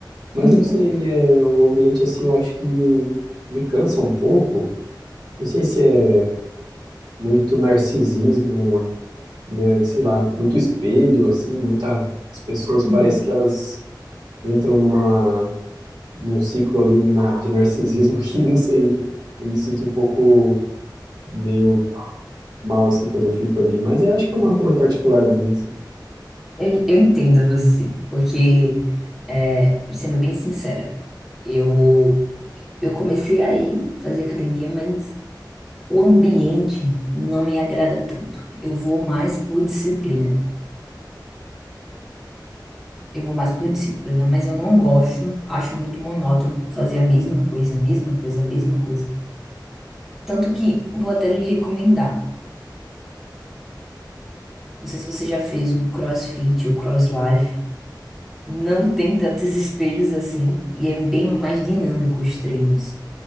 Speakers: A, on the right; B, in the centre.
A: mas
B: Uhum,
A: não sei, é, o ambiente, assim, eu acho que me, me cansa um pouco. Não sei se é muito narcisismo, né? Sei lá, muito espelho, assim, muitas pessoas parece
B: uhum.
A: que elas entram numa, num ciclo ali na- de narcisismo <laughs> que, não sei, eu me sinto um pouco meio mal, assim, quando eu fico ali, mas eu acho que é uma coisa particular minha, assim.
B: Eu, eu entendo você, porque, é, sendo bem sincera, eu. Eu comecei a ir fazer academia, mas O ambiente não me agrada tanto. Eu vou mais por disciplina. Eu vou mais por disciplina, mas eu não gosto. Acho muito monótono fazer a mesma coisa, a mesma coisa, a mesma coisa. Tanto que eu vou até lhe recomendar. Não sei se você já fez um CrossFit ou CrossLife. Não tem tantos <laughs> espelhos assim e é bem mais dinâmico os treinos.